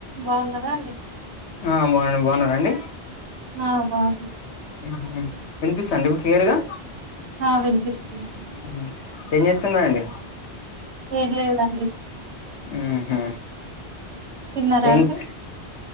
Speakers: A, on the right; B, on the left.
A: బాగున్నారా అండి
B: ఆ బావున్నాం బాగున్నారా అండి
A: అ బావున్నాం
B: ఉహుమ్ వినిపిస్తాందా ఇప్పుడు క్లియర్గా
A: ఆ వినిపిస్తుందండి
B: అహుమ్ ఏం చేస్తున్నరాండి
A: ఏం లేదండి
B: ఉహుమ్
A: తిన్నారా
B: ట్యాంగ్స్
A: అండి